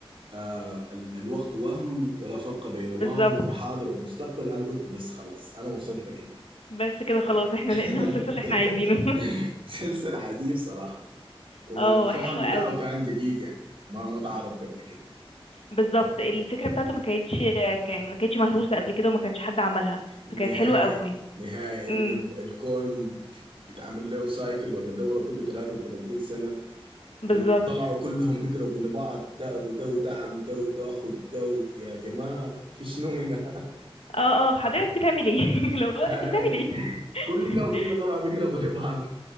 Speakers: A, on the right; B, on the left.
A: آه ال- الوقت وهم ولا فرق بين ماض
B: بالظبط
A: وحاضر ومستقبل انا قلت بس خلاص انا وصلت كده
B: بس كده خلاص احنا
A: <laughs>
B: لقينا <laughs> المسلسل اللي احنا عايزينه
A: مسلسل عجيب صراحة
B: <laughs>
A: والفهم
B: اه حلو
A: بتاعه
B: قوي
A: كان جديد يعني ما ما تعرض قبل كده
B: بالظبط الفكرة بتاعته ما كانتش كان ما كانتش مهروسة قبل كده وما كانش حد عملها
A: نهائي
B: فكانت حلوة قوي
A: نهائي انه
B: امم
A: ال- الكون بيتعمل له سايكل ولا دورة كل 33 سنة
B: بالظبط
A: وطلعوا كلهم بيقربوا لبعض ده ابو ده وده عم ده وده اخو ده يا جماعة في شنو هنا
B: اه اه حضرتك بتعمل ايه <laughs> لو انت
A: <laughs>
B: بتعمل ايه
A: كلهم
B: <laughs>
A: كده طلعوا بيقربوا لبعض